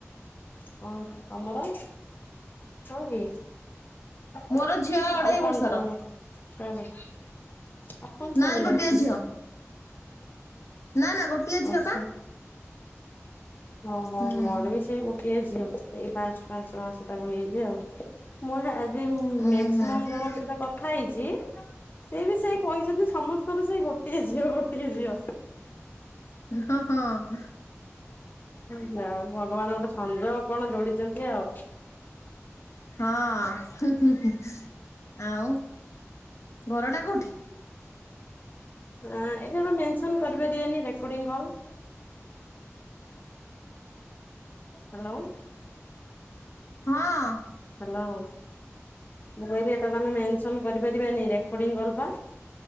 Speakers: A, on the left; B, on the left.
A: କଣ, ତମର କଣ କି?
B: ମୋର ଝିଅ ଅଢେଇ
A: ଆଉ କଣ,
B: ବର୍ଷର
A: ତମର ଛୁଆବି ଆଉ କଣ, ପୁଆ
B: ନାଇଁ
A: ପିଲା
B: ଗୋଟିଏ
A: ଅଛି?
B: ଝିଅ ନା ନା ଗୋଟିଏ
A: ଆର
B: ଝିଅ
A: ସବ
B: ପା
A: ଓହ
B: ହୁଁ
A: ମୋର ବି ସେଇ ଗୋଟିଏ ଝିଅ। ଏଇ ପାଞ୍ଚ ପାଞ୍ଚ ମାସ ତାକୁ ହେଇଛି ଆଉ ମୁଁ ଆଜି
B: ଉଁ
A: ମେକ୍ସିମ
B: ହୁଁ
A: ଜଣ ସହିତ ସେଥ୍ ଖାଇଚି, ସେ ବି। ସେ କହିଛନ୍ତି, ସମସ୍ତଙ୍କ ସେ ଗୋଟ୍ ତେଏ, ଝିଅ ଗୋଟିଏ ଝିଅ।
B: ହଁ ହଁ ହଁ।
A: ଯାହା ହଉ, ଭଗବାନ ଗୋଟେ ସଂଞୟ କଣ ଯୋଡ଼ିଚନ୍ତି ଆଉ।
B: ହଁ ହୁଁ ହୁଁ ଆଉ। ଘର ଟା କୋଉଠି?
A: ଏଁ, ଏବେତ ମେନସନ କରିପାରିବେନି, ରେକର୍ଡିଂ କଲ ହ୍ୟାଲୋ।
B: ହଁ।
A: ହ୍ୟାଲୋ, ମୁଁ କହିଲି, ଏଟା ତମେ ମେନସନ କରିପାରିବାନି, ରେକର୍ଡିଙ୍ଗ କଲପା।